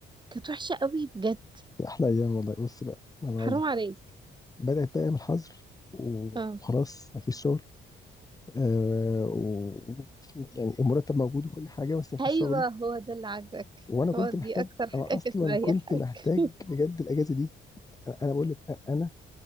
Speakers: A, on the right (about 20°); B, on the left (about 20°).
A: كانت وحشه قوي بجد
B: احلى ايام والله بص بقى ما انا
A: حرام
B: اقول لك
A: عليك
B: بدات بقى ايام الحظر وخلاص
A: اه
B: ما فيش شغل آه و... و- يعني المرتب موجود وكل حاجه بس ما فيش
A: ايوه
B: شغل
A: هو ده اللي عاجبك
B: وانا كنت
A: هو دي
B: محتاج
A: اكتر حاجه
B: انا اصلا
A: كانت مريحاك
B: كنت محتاج بجد الاجازه دي انا أنا بقول لك انا